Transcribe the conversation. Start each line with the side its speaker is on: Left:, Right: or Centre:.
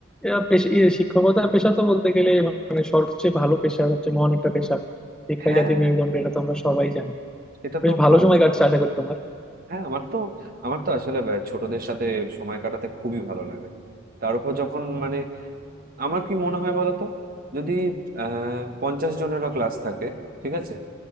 Centre: এরা পেশ- ইয়ে, শিক্ষকতা পেশা তো বলতে গেলে মানে সবচেয়ে ভালো পেশা সবচেয়ে মহান একটা পেশা শিক্ষাই
Right: হ্যাঁ
Centre: জাতির মেরুদণ্ড এটা তো আমরা সবাই জানি
Right: সেটা
Centre: বেশ
Right: তো
Centre: ভালো
Right: ভালো
Centre: সময় কাটছে আশা করি তোমার
Right: হ্যাঁ আমার তো আমার তো আসলে ব্যা- ছোটদের সাথে সময় কাটাতে খুবই ভালো লাগে তার উপর যখন মানে আমার কি মনে হয় বলতো যদি আহ পঞ্চাশ জনেরও ক্লাস থাকে ঠিক আছে